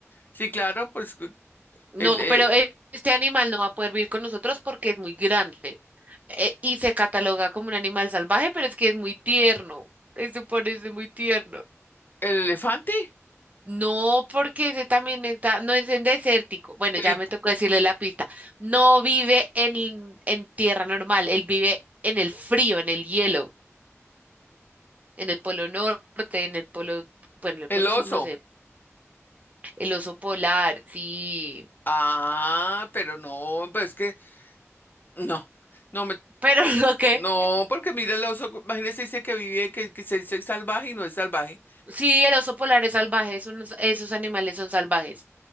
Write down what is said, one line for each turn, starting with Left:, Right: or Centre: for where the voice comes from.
Left: Sí, claro, pues cu-
Right: no,
Left: el, eh,
Right: pero e- este animal no va a poder vivir con nosotros porque es muy grande eh, y se cataloga como un animal salvaje, pero es que es muy tierno. Eso parece muy tierno.
Left: el elefante,
Right: No, porque ese también está, no es en desértico. Bueno,
Left: el,
Right: ya
Left: hip-
Right: me tocó decirle la pista. No vive en, en tierra normal, él vive en el frío, en el hielo, en el polo norte, en el polo, bueno, en el polo
Left: el oso.
Right: sur, no sé. El oso polar, sí.
Left: Ah, pero no, pues es que no, no me,
Right: Pero <laughs> lo que,
Left: no, porque mira el oso, imagínese, dice que vive, que, que se dice salvaje y no es salvaje.
Right: sí, el oso polar es salvaje, es unos- esos animales son salvajes